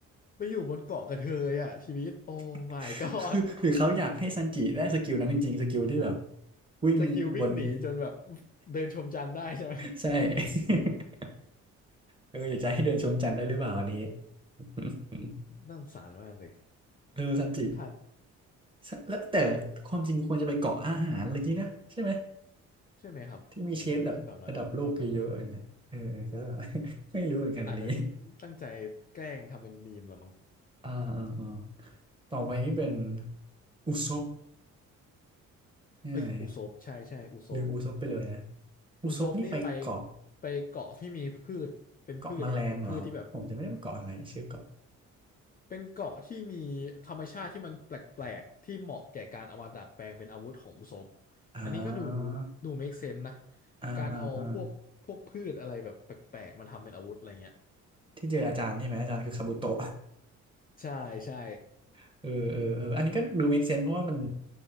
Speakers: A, on the left; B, on the right.
A: ไปอยู่บนเกาะกระเทยอ่ะชีวิตโอ้
B: <laughs>
A: my god
B: คือหรือเขาอยากให้ซันจิได้สกิลนั้นจริงๆสกิลที่แบบ
A: <laughs>
B: วิ่งบน
A: สกิลวิ่งหนีจนแบบเดินชมจันทร์ได้ใช่ไหม
B: <laughs> ใช่ <laughs> เอออยากจะให้เดินชมจันทร์ได้หรือเปล่าอันนี้ <laughs>
A: น่าสงสารมากเลย
B: เออซันจิ
A: ถ้า
B: ซะแล้วแต่ความจริงควรจะไปเกาะอาหารอะไรกี้นะใช่ไหม
A: ใช่ไหมครับผมผมคิดแบบนั้นผมคิดแบบนั้น
B: ที่มีเชฟแบบระดับโลกเยอะๆอย่างเงี้ยเออก็ <laughs> ไม่รู้เหมือนกันอันนี้
A: อาจจะตั้งใจแกล้งทำเป็นมีมเหรอมั้ง
B: <laughs> อ่าอ่าอ่าต่อไปนี่เป็นอุซบ ใช่ไหม
A: เอ้ยอุซบใช่ใช่อุซบ
B: ลืมอุซบไปเลยนะอุซบนี่ไปเกาะ
A: อุซบนี่ไปไปเกาะที่มีพืชเป็นพืชครับเป็นพืชที่แบบ
B: เกาะแมลงเหรอผมจะไม่ได้ไปเกาะอะไรชื่อเกาะ
A: เป็นเกาะที่มีธรรมชาติที่มันแปลกๆที่เหมาะแก่การเอามาดัดแปลงเป็นอาวุธของอุซบ
B: อ่า
A: อันนี้ก็ดูดู make sense นะ
B: อ่าอ่าอ่า
A: การเอาพวกพวกพืชอะไรแบบแปลกๆมาทำเป็นอาวุธอะไรเงี้ย
B: ที่เจออาจารย์ใช่ไหมอาจารย์คือคาบุโตะ
A: ใช่ใช่
B: <laughs> เออเออเอออันนี้ก็ดู make sense เพราะว่ามัน